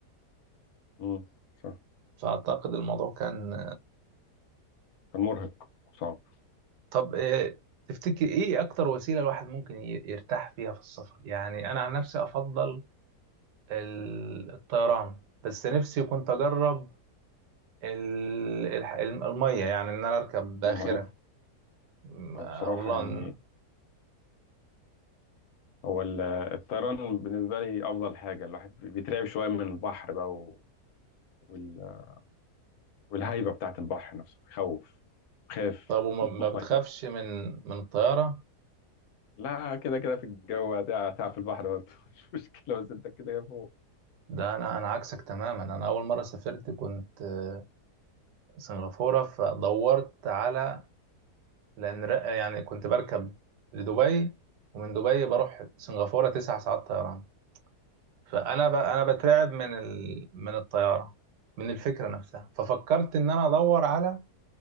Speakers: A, on the left; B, on the right.
A: امم صح
B: فأعتقد الموضوع كان
A: كان مرهق وصعب
B: طب آه، تفتكر ايه اكتر وسيله الواحد ممكن ي- يرتاح فيها في السفر يعني انا عن نفسي افضل ال- الطيران بس نفسي كنت اجرب ال- الح- الم- الميه يعني ان انا اركب باخره
A: ما-
B: م-
A: هو
B: او
A: بصراحة
B: لان
A: يعني هو ال- الطيران بالنسبة لي أفضل حاجة الواحد بيترعب شوية من البحر بقى و- وال- والهيبة بتاعة البحر نفسه بيخوف خاف
B: طب وما
A: <laughs>
B: ما بتخافش
A: مية
B: من من الطياره
A: لا كده كده في الجو هتع- هتعب في البحر برضه <laughs> مش مشكلة بس أنت كده يا فوق
B: ده انا انا عكسك تماما انا اول مره سافرت كنت آه، سنغافوره فدورت على لان ر- يعني كنت بركب لدبي ومن دبي بروح سنغافوره تسع ساعات طيران فانا ب... انا بترعب من ال... من الطياره من الفكره نفسها ففكرت ان انا ادور على